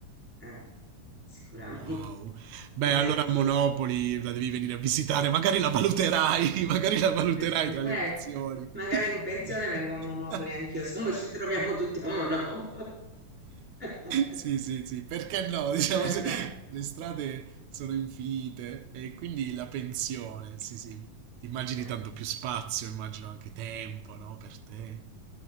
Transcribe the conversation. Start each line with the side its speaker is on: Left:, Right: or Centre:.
Centre: Eh, sicuramente.
Right: Wow.
Centre: <laughs>
Right: Beh,
Centre: Eh
Right: allora
Centre: sì.
Right: a Monopoli la devi venire a visitare, magari la valuterai,
Centre: <laughs>
Right: <laughs> magari la valuterai tra le opzioni.
Centre: Eh, magari
Right: <laughs>
Centre: in pensione vengo a Monopoli anch'io, se no ci troviamo tutti a Monopoli. <laughs>
Right: Sì, sì, sì, perché no? <laughs> Diciamo,
Centre: Eh,
Right: se- le strade sono infinite e quindi la pensione, sì, sì, ti immagini
Centre: eh.
Right: tanto più spazio, immagino anche tempo, no? Per te.